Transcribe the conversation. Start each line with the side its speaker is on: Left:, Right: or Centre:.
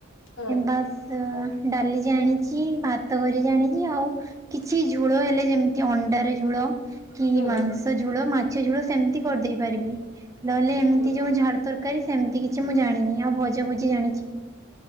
Left: ହଁ
Right: ବାସ୍ ଡାଲି ଜାଣିଛି ଭାତ କରି ଜାଣିଛି ଆଉ କିଛି ଝୋଳ ହେଲେ ଯେମିତି ଅଣ୍ଡାର ଝୋଳ। କି
Left: ହୁଁ
Right: ମାଂସ ଝୁଳ ମାଛ ଝୋଳ ସେମିତି କରିଦେଇ ପାରିବି। ଲହଲେ ଏମିତି
Left: ହୁଁ
Right: ଯୋଉ ଝାଡ ତରକାରୀ ସେମିତି କିଛି ମୁଁ ଜାଣିନି ଆଉ ଭଜ ଭୋଜି ଜାଣିଛି।